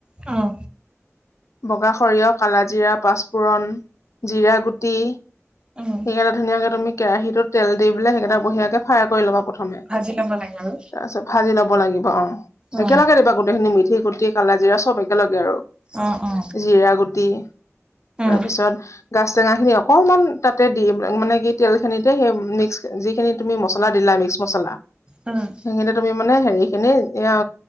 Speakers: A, on the right (about 20°); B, on the left (about 70°).
A: অঁ।
B: বগা সৰিয়হ, কালাজিৰা, পাঁচফোৰণ, জিৰা গুটি টি সেইকেইটা
A: উম উম
B: ধুনীয়াকে তুমি কেৰাহীটোত তেল দি পেলায় সেইকেইটা বঢ়িয়াকে ফ্ৰাই কৰি ল'বা প্ৰথমে।
A: ভাজি ল'ব লাগে আৰু
B: তাৰ পিছত ভাজি ল'ব লাগিব অঁ'
A: অ
B: একেলগে দিবা গোটেইখিনি মিঠি গুটি, কালা জিৰা চ'ব একেলগে আৰু
A: অ অ
B: জিৰা গুটি
A: উম
B: তাৰপিছত গাছ টেঙাখিনি অকণমান তাতে দি মানে কি তেলখিনিতে সেই মিক্স যিখিনি তুমি মছলা দিলা মিক্স মছলা।
A: উম।
B: সেইখিনি তুমি মানে হেৰি খিনি এ